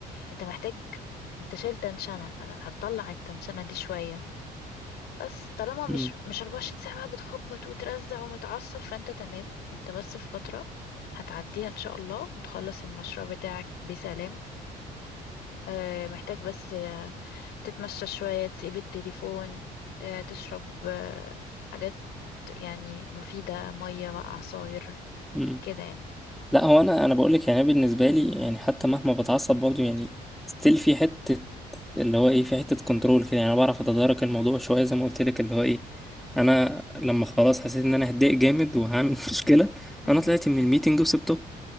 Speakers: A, on the left; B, in the centre.
A: انت محتاج انت شايل تنشنة فهتطلع التنشنة دي شوية بس طالما مش
B: مم.
A: مش 24 ساعة بقى بتخبط وترزع ومتعصب فانت تمام انت بس في فترة هتعديها ان شاء الله وتخلص المشروع بتاعك بسلام آه، محتاج بس آه، تتمشى شوية تسيب التليفون آه، تشرب آه، حاجات يعني مفيدة مية بقى عصاير
B: مم.
A: كده يعني
B: لا هو انا انا بقول لك يعني أنا بالنسبه لي يعني حتى مهما بتعصب برضو يعني ستيل في حته اللي هو ايه في حته كنترول كده يعني انا بعرف اتدارك الموضوع شويه زي ما قلت لك اللي هو ايه انا لما خلاص حسيت ان انا هتضايق جامد وهعمل <laughs> مشكله
A: امم
B: انا طلعت من الميتنج وسبته